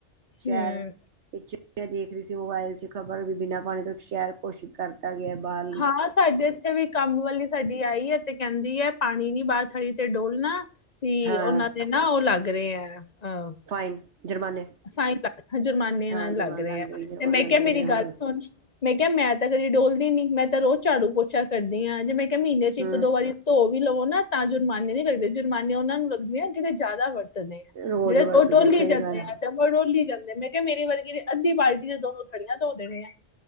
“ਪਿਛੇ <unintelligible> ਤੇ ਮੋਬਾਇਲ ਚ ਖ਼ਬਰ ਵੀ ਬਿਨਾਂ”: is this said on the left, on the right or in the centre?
Right